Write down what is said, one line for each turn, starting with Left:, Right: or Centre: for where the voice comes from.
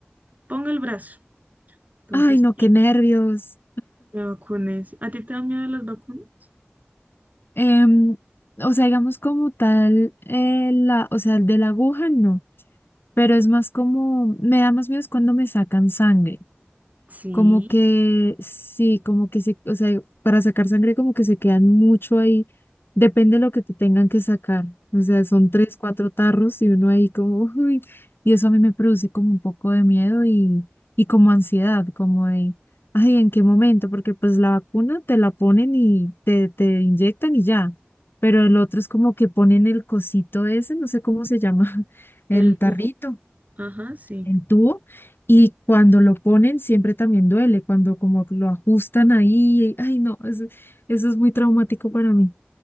Right: ponga el brazo. Entonces,
Left: Ay, no,
Right: tic,
Left: qué nervios.
Right: me vacuné. ¿A ti te dan miedo las vacunas?
Left: Em, o sea, digamos como tal, eh, la, o sea, el de la aguja no, pero es más como, me da más miedo es cuando me sacan sangre.
Right: Sí.
Left: Como que sí, como que se, o sea, para sacar sangre como que se quedan mucho ahí. Depende de lo que te tengan que sacar. O sea, son tres, cuatro tarros y uno ahí como, uy, y eso a mí me produce como un poco de miedo y, y como ansiedad, como de, ay, ¿en qué momento? Porque pues la vacuna te la ponen y te, te inyectan y ya. Pero el otro es como que ponen el cosito ese, no sé cómo se llama, <laughs>
Right: El
Left: el tarrito
Right: tubo. Ajá, sí.
Left: el tubo y cuando lo ponen siempre también duele, cuando como lo ajustan ahí, ay no, eso, eso es muy traumático para mí,